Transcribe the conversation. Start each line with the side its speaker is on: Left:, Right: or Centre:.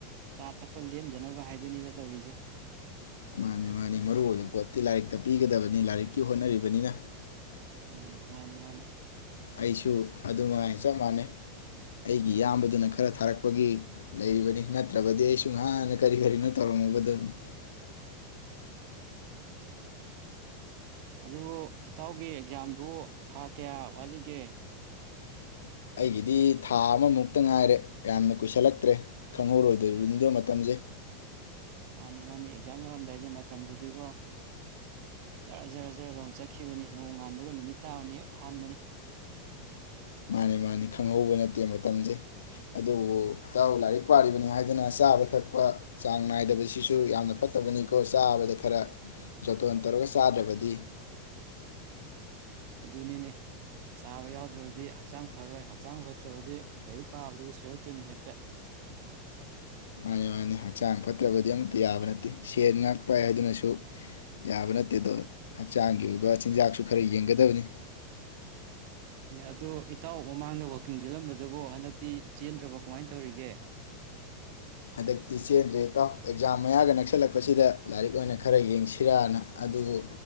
Right: ꯆꯥ ꯊꯛꯄ ꯂꯦꯝꯗꯅꯕ ꯍꯥꯏꯗꯨꯅꯤꯗ ꯇꯧꯔꯤꯖꯦ
Left: ꯃꯥꯟꯅꯤ ꯃꯥꯟꯅꯤ ꯃꯔꯨꯑꯣꯏꯕ ꯄꯣꯠꯇꯤ ꯂꯥꯏꯔꯤꯛꯇ ꯄꯤꯒꯗꯕꯅꯤ ꯂꯥꯏꯔꯤꯛꯀꯤ ꯍꯣꯠꯅꯔꯤꯕꯅꯤꯅ
Right: ꯎꯝ ꯃꯥꯟꯅꯤ ꯃꯥꯟꯅꯤ
Left: ꯑꯩꯁꯨ ꯑꯗꯨꯝꯉꯥꯏ ꯆꯞ ꯃꯥꯟꯅꯩ ꯑꯩꯒꯤ ꯏꯌꯥꯝꯕꯗꯨꯅ ꯈꯔ ꯊꯥꯔꯛꯄꯒꯤ ꯂꯩꯔꯤꯕꯅꯤ ꯅꯠꯇ꯭ꯔꯕꯗꯤ ꯑꯩꯁꯨ ꯉꯍꯥꯟꯅ ꯀꯔꯤ ꯀꯔꯤꯅꯣ ꯇꯧꯔꯝꯃꯕꯗꯕꯅꯤ
Right: ꯑꯗꯨꯕꯨ ꯏꯇꯥꯎꯒꯤ ꯑꯦꯛꯖꯥꯝ ꯕꯣ ꯊꯥ ꯀꯌꯥ ꯋꯥꯠꯂꯤꯒꯦ
Left: ꯑꯩꯒꯤꯗꯤ ꯊꯥ ꯑꯃꯃꯨꯛꯇ ꯉꯥꯏꯔꯦ ꯌꯥꯝꯅ ꯀꯨꯏꯁꯜꯂꯛꯇ꯭ꯔꯦ ꯈꯪꯍꯧꯔꯣꯏꯗꯔꯤꯕꯅꯤꯗꯣ ꯃꯇꯝꯁꯦ
Right: ꯃꯥꯟꯅꯤ ꯃꯥꯟꯅꯤ ꯑꯦꯛꯖꯥꯝ ꯌꯧꯔꯝꯗꯥꯏꯁꯦ ꯃꯇꯝꯖꯤꯗꯤꯀꯣ ꯖꯔ ꯖꯔ ꯖꯔ ꯂꯥꯎꯅ ꯆꯠꯈꯤꯕꯅꯤ ꯅꯣꯡ ꯉꯥꯟꯕꯒ ꯅꯨꯃꯤꯠ ꯇꯥꯕꯅ ꯍꯦꯛ ꯍꯥꯟꯕꯅꯦ
Left: ꯃꯥꯟꯅꯤ ꯃꯥꯟꯅꯤ ꯈꯪꯍꯧꯕ ꯅꯠꯇꯦ ꯃꯇꯝꯖꯦ ꯑꯗꯨꯕꯨ ꯏꯇꯥꯎ ꯂꯥꯏꯔꯤꯛ ꯄꯔꯤꯕꯅꯤ ꯍꯥꯏꯗꯅ ꯆꯥꯕ ꯊꯛꯄ ꯆꯥꯡ ꯅꯥꯏꯗꯕꯁꯤꯁꯨ ꯌꯥꯝꯅ ꯐꯠꯇꯕꯅꯤꯀꯣ ꯆꯥꯕꯗ ꯈꯔ ꯖꯣꯠꯇꯣꯟ ꯇꯧꯔꯒ ꯆꯥꯗ꯭ꯔꯕꯗꯤ
Right: ꯑꯗꯨꯅꯤꯅꯦ ꯆꯥꯕ ꯌꯥꯎꯗ꯭ꯔꯕꯗꯤ ꯍꯛꯆꯥꯡ ꯐꯔꯔꯣꯏ ꯍꯛꯆꯥꯡ ꯐꯠꯇ꯭ꯔꯕꯗꯤ ꯂꯥꯏꯔꯤꯛ ꯄꯥꯕꯗꯨꯗ ꯁꯣꯏꯔꯛꯇꯣꯏꯅꯤ ꯍꯦꯛꯇ
Left: ꯃꯥꯟꯅꯤ ꯃꯥꯟꯅꯤ ꯍꯛꯆꯥꯡ ꯐꯠꯇ꯭ꯔꯕꯗꯤ ꯑꯝꯇ ꯌꯥꯕ ꯅꯠꯇꯦ ꯁꯦꯟ ꯉꯥꯛ ꯄꯥꯏ ꯍꯥꯏꯗꯨꯅꯁꯨ ꯌꯥꯕ ꯅꯠꯇꯦꯗꯣ ꯍꯛꯆꯥꯡꯒꯤ ꯑꯣꯏꯕ ꯆꯤꯟꯖꯥꯛꯁꯨ ꯈꯔ ꯌꯦꯡꯒꯗꯕꯅꯤ
Right: ꯑꯗꯣ ꯏꯇꯥꯎ ꯃꯃꯥꯡꯗ ꯋꯥꯛꯀꯤꯡ ꯆꯠꯂꯝꯕꯗꯨꯕꯨ ꯍꯟꯗꯛꯇꯤ ꯆꯦꯟꯗ꯭ꯔꯕꯣ ꯀꯃꯥꯏꯅ ꯇꯧꯔꯤꯒꯦ
Left: ꯍꯟꯗꯛꯇꯤ ꯆꯦꯟꯗ꯭ꯔꯦ ꯏꯇꯥꯎ ꯑꯦꯛꯖꯥꯝ ꯃꯌꯥꯒ ꯅꯛꯁꯜꯂꯛꯄꯁꯤꯗ ꯂꯥꯏꯔꯤꯛ ꯑꯣꯏꯅ ꯈꯔ ꯌꯦꯡꯁꯤꯔꯅ ꯑꯗꯨꯕꯨ